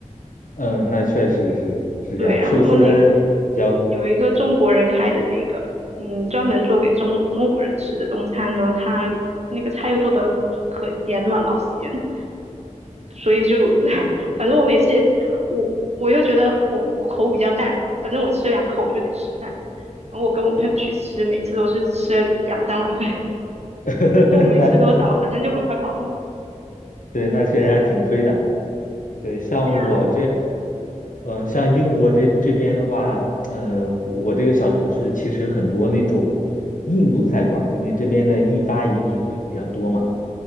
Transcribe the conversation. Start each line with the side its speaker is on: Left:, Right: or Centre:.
Left: 嗯，那确实是是这样，
Right: 对，然后那个
Left: 寿司比较
Right: 有一个中国人开的那个，嗯，专门做给中中国人吃的中餐呢，他那个菜又做的可咸了，老咸，所以就 <laughs> 反正我每次也我我又觉得我我口比较淡，反正我吃两口我就得吃饭，然后我跟我朋友去吃，每次都是吃两三碗饭，<laughs>
Left: <laughs>
Right: 肉没吃多少，
Left: 难买，
Right: 反正就很快饱了。
Left: 对，那确实还挺亏的。对，像我，
Right: 对啊，
Left: 嗯，像英国这这边的话，嗯，我这个小城市其实很多那种印度菜馆儿，因为这边的印巴移民会比较多嘛。